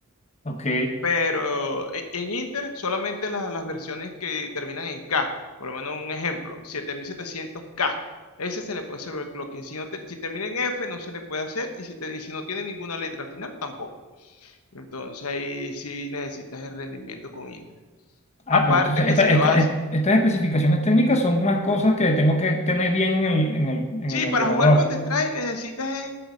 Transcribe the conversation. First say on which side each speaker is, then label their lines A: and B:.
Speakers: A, on the left (about 30°); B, on the left (about 80°).
A: Ok.
B: Pero e- en Inter solamente la- las versiones que terminan en K, por lo menos un ejemplo, 7700K, ese se le puede hacer overclocking. Si, no te- si termina en F, no se le puede hacer, y si, te- y si no tiene ninguna letra al final, tampoco. Entonces ahí sí necesitas el rendimiento con Inter.
A: Ah,
B: Aparte
A: pero entonces
B: que
A: esta-
B: si le
A: esta-
B: vas
A: est-
B: a...
A: estas especificaciones técnicas son unas cosas que tengo que tener bien en el, en el, en
B: Sí,
A: el ordenador.
B: para jugar Counter-Strike necesitas es,